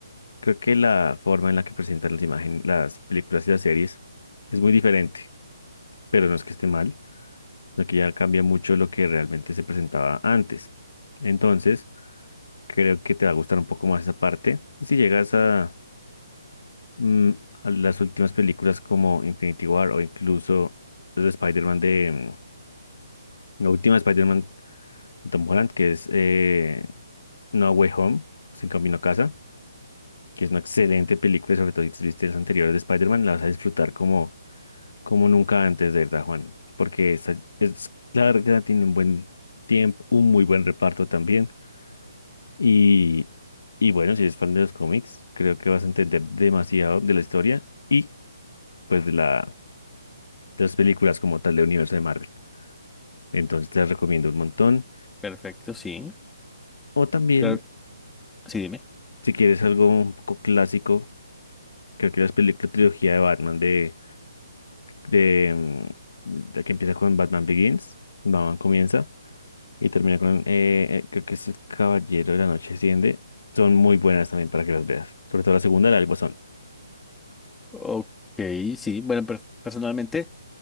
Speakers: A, on the left; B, in the centre.
A: creo que la forma en la que presentan las imágenes, las películas y las series es muy diferente. pero no es que esté mal, sino que ya cambia mucho lo que realmente se presentaba antes. Entonces, creo que te va a gustar un poco más esa parte. Y si llegas a, mm, a las últimas películas como Infinity War o incluso los de Spider-Man de, mm, la última Spider-Man de Tom Holland, que es eh, No Way Home, o Sin Camino a Casa, que es una excelente película, sobre todo si te viste las anteriores de Spider-Man, la vas a disfrutar como como nunca antes, de verdad, Juan, porque esta es larga, tiene un buen tiempo, un muy buen reparto también. Y, y bueno, si eres fan de los cómics, creo que vas a entender demasiado de la historia y pues de la, de las películas como tal del universo de Marvel. Entonces te las recomiendo un montón.
B: Perfecto, sí.
A: O también,
B: Claro, sí, dime.
A: si quieres algo un poco clásico, creo que las peli- la trilogía de Batman de, de, mm, de que empieza con Batman Begins, Batman comienza. y termina con, eh, eh, creo que es El Caballero de la Noche Asciende. Son muy buenas también para que las veas. Sobre todo la segunda, la del Guasón.
B: Ok, sí. Bueno, per- personalmente